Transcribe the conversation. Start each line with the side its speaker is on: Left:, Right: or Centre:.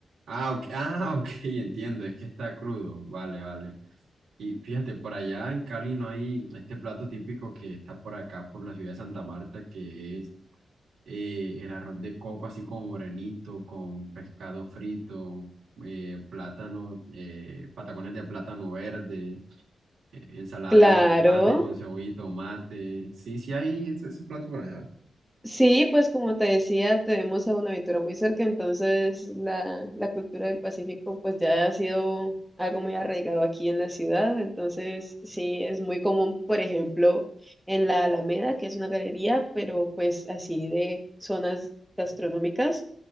Right: Ah, ok, <laughs> ah, ok, entiendo, es que está crudo. Vale, vale. Y fíjate, por allá en Cali no hay este plato típico que está por acá, por la ciudad de Santa Marta, que es eh, el arroz de coco, así como morenito, con pescado frito, eh, plátano, eh, patacones de plátano verde, eh, ensalada
Centre: Claro.
Right: de aguacate con cebolla y tomate. Sí, sí hay ese, ese plato por allá.
Centre: Sí, pues como te decía, tenemos a Buenaventura muy cerca, entonces la, la cultura del Pacífico pues ya ha sido algo muy arraigado aquí en la ciudad, entonces sí, es muy común, por ejemplo, en la Alameda, que es una galería, pero pues así de zonas gastronómicas.